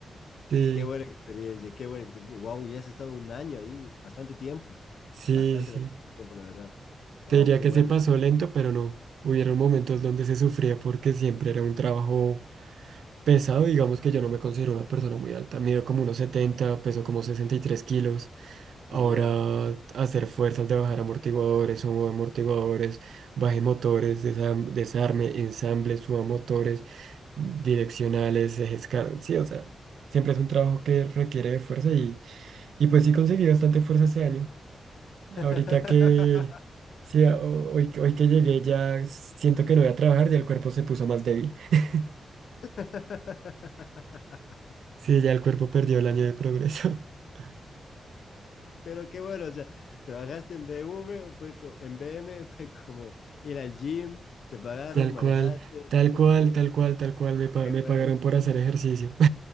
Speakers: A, on the right; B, on the left.
A: sí
B: Qué buena experiencia, qué buena experiencia. Wow, ya has estado un año ahí, bastante tiempo,
A: Sí,
B: bastante,
A: sí.
B: bastante tiempo, la verdad. Wow,
A: Te diría
B: qué
A: que
B: bueno.
A: se pasó lento, pero no. Hubieron momentos donde se sufría porque siempre era un trabajo pesado. Digamos que yo no me considero una persona muy alta. Mido como unos 70, peso como 63 kilos. Ahora
B: Ya.
A: hacer fuerzas de bajar amortiguadores, subo amortiguadores, baje motores, desam- desarme, ensamble, suba motores, direccionales, ejes car- Sí, o sea, siempre es un trabajo que requiere de fuerza y, y pues sí conseguí bastante fuerza este año.
B: <laughs>
A: Ahorita que sí, a- ho- hoy, hoy que llegué ya siento que no voy a trabajar, ya el cuerpo se puso más débil. <laughs>
B: <laughs>
A: Sí, ya el cuerpo perdió el año de progreso. <laughs>
B: Pero qué bueno, o sea, trabajaste en BM, fue co- en BM, fue como ir al gym, te pagaron,
A: Tal
B: manejaste.
A: cual, tal
B: <laughs>
A: cual,
B: Uh,
A: tal cual, tal cual, me, pa-
B: qué
A: me
B: bueno,
A: pagaron por hacer ejercicio. <laughs>